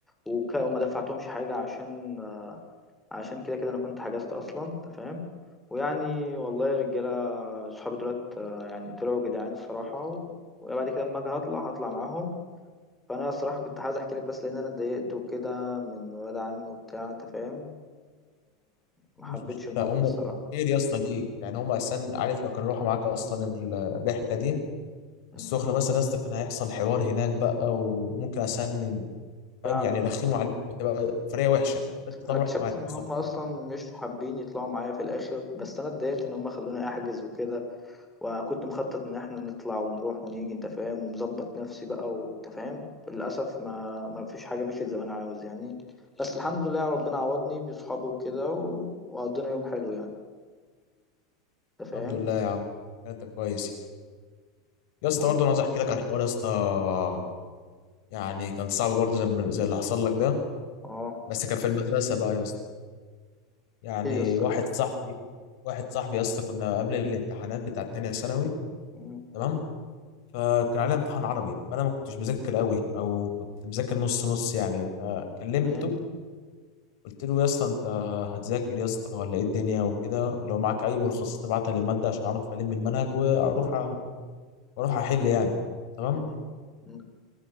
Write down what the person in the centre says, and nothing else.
وك... وما دفعتهمش حاجه عشان عشان كده كده انا كنت حجزت اصلا انت فاهم ويعني والله يا رجاله صحابي دولت آه، يعني طلعوا جدعان الصراحه وبعد كده اما اجي هطلع هطلع معاهم فانا الصراحه كنت عايز احكي لك بس لان انا اتضايقت وكده من ولاد عمي وبتاع انت فاهم ما
حبيتش
الموقف
الصراحه
مم.
فعلا
فعلا
انا اكتشفت
ان
هم اصلا مش حابين يطلعوا معايا في الاخر بس انا اتضايقت ان هم خلوني احجز وكده وكنت مخطط ان احنا نطلع ونروح ونيجي انت فاهم ومظبط نفسي بقى وانت فاهم للاسف ما ما فيش حاجه مشيت زي ما انا عاوز يعني بس الحمد لله ربنا عوضني بصحابي وكده و... وقضينا يوم حلو يعني انت فاهم
نعم.
اه
ايه يا اسطى
مم.
إيه؟
مم. مم.